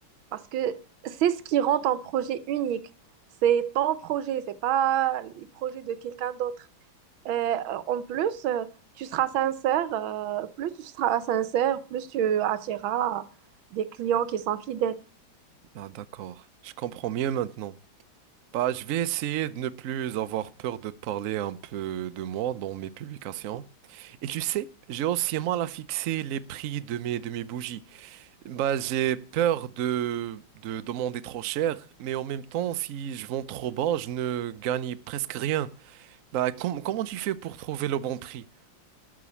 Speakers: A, on the right (about 90°); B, on the right (about 70°).
A: parce que c'est ce qui rend ton projet unique. C'est ton projet, c'est pas le projet de quelqu'un d'autre. Et, euh, en plus, euh, tu seras sincère, euh, plus tu seras sincère, plus tu attireras des clients qui sont fidèles.
B: Ah, d'accord, je comprends mieux maintenant. Bah, je vais essayer de ne plus avoir peur de parler un peu de moi dans mes publications. Et tu sais, j'ai aussi mal à fixer les prix de mes, de mes bougies. Bah, j'ai peur de, de demander trop cher, mais en même temps, si je vends trop bas, je ne gagne presque rien. Bah, com- comment tu fais pour trouver le bon prix?